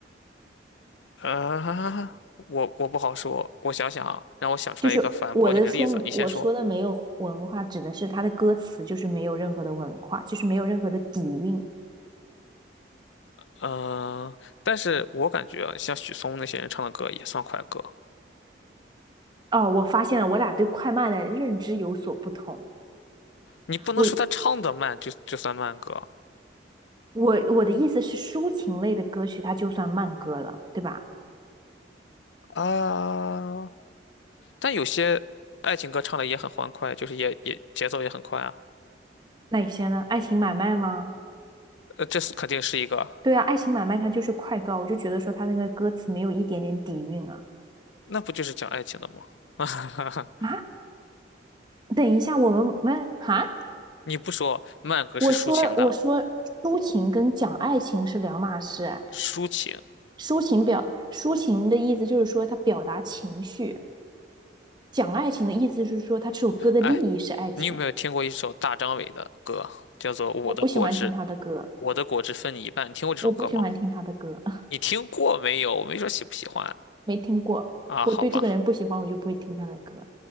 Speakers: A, on the left (about 80°); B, on the right (about 25°).
A: 啊，我我不好说，我想想啊，让我想出来一个反驳你的例子，
B: 就是我的说，
A: 你先说。
B: 我说的没有文化，指的是他的歌词就是没有任何的文化，就是没有任何的底蕴。
A: 嗯，但是我感觉啊像许嵩那些人唱的歌也算快歌，
B: 哦，我发现了，我俩对快慢的认知有所不同。
A: 你不能说他唱的慢就就算慢歌
B: 我我我的意思是，抒情类的歌曲它就算慢歌了，对吧？
A: 啊。但有些爱情歌唱的也很欢快，就是也也节奏也很快啊。
B: 那有些呢？爱情买卖吗？
A: 呃，这是肯定是一个，
B: 对啊，爱情买卖它就是快歌，我就觉得说它那个歌词没有一点点底蕴啊
A: 那不就是讲爱情的吗？<laughs>
B: 啊！等一下，我们没哈，
A: 你不说慢歌是抒情的，
B: 我说我说抒情跟讲爱情是两码事，
A: 抒情。
B: 抒情表抒情的意思就是说他表达情绪，讲爱情的意思是说他这首歌的立意是爱情。
A: 哎，你有没有听过一首大张伟的歌，叫做《我的果汁》？
B: 我不喜欢听他的歌，
A: 我的果汁分你一半，你听过这首歌吗？
B: 我不喜欢听他的歌，<laughs>
A: 你听过没有？我没说喜不喜欢
B: 没听过。
A: 啊？
B: 我对这个人不喜欢，
A: 好吧。
B: 我就不会听他的歌。